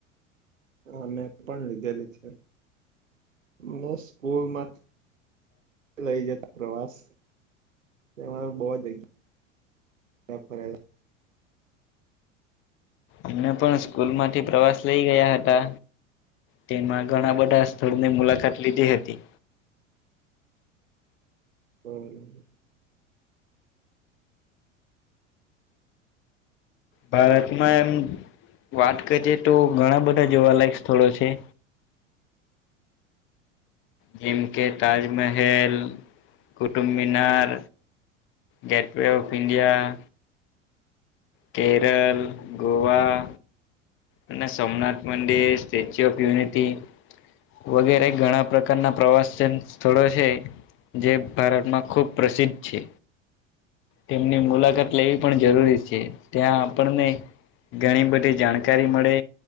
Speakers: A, on the right; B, on the left.
A: હા મેં પણ લીધેલી છે મે સ્કૂલમાંથી લઈ જત પ્રવાસ એમાં બહ જ ફરેલા
B: અમને પણ સ્કૂલમાંથી પ્રવાસ લઇ ગયા હતા તેમાં ઘણા બધા સ્થળની મુલાકાત લીધી હતી
A: બોઉ
B: ભારતમાં એમ વાત કરીએ તો ઘણા બધા જોવાલાયક સ્થળો છે. જેમકે Taj Mahal Qutub Minar gateway of India Kerala Goa અને સોમનાથ મંદિર સ્ટેચ્યુ ઓફ યુનિટી વગેરે ઘણા પ્રકારના પ્રવાસન સ્થળો છે. જે ભારતમાં ખૂબ પ્રસિદ્ધ છે. તેમની મુલાકાત લેવી પણ જરૂરી છે ત્યાં આપણને ઘણી બધી જાણકારી મળે